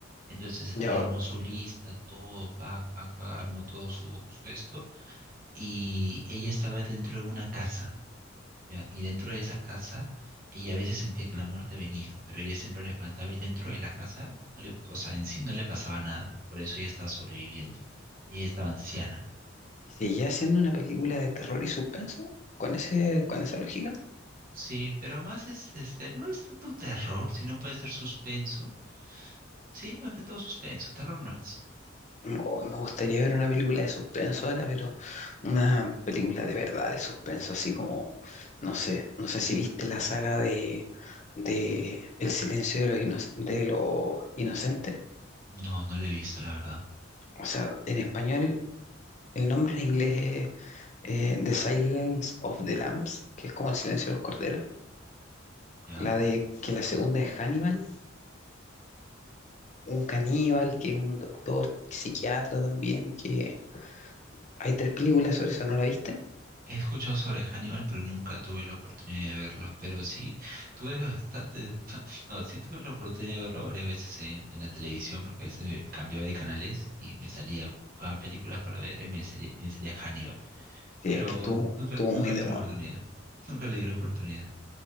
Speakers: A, on the right; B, on the left.
A: Entonces ella
B: ya,
A: armó su lista, todo, pac, pac, pac, armó todo su, su esto, y ella estaba dentro de una casa ya, y dentro de esa casa, ella a veces sentía que la muerte venía, pero ella siempre la espantaba y dentro de la casa, no le- o sea, en sí no le pasaba nada, por eso ella estaba sobreviviendo. Y ella estaba anciana.
B: y seguía siendo una película de terror y suspenso con ese, con esa lógica.
A: Sí, pero más es, este, no es tanto terror, sino puede ser suspenso. Sí, más que todo suspenso, terror no es.
B: Oh, me gustaría ver una película de suspenso ahora, pero una película de verdad de suspenso, así como, no sé, no sé si viste la saga de, de El silencio de los, ino- de los inocentes.
A: No, no lo he visto, la verdad.
B: O sea, en español, el nombre en inglés es eh, The Silence of the Lambs, que es como El silencio de los corderos.
A: ¿Ya?
B: La de que la segunda es Hannibal, un caníbal que es un doctor, psiquiatra también, que hay tres películas sobre eso, ¿no la viste?
A: He escuchado sobre Hannibal, pero nunca tuve la oportunidad de verlo. Pero sí, tuve bastante, <laughs> no, sí tuve la oportunidad de verlo varias veces en, en la televisión, porque a veces me cambiaba de canales y me salía cada película para ver y me salía, y me salía Hannibal.
B: Sí,
A: Pero
B: es que estuvo,
A: nunca,
B: estuvo
A: nunca
B: muy
A: le
B: de
A: di
B: moda.
A: una oportunidad. Nunca le di una oportunidad.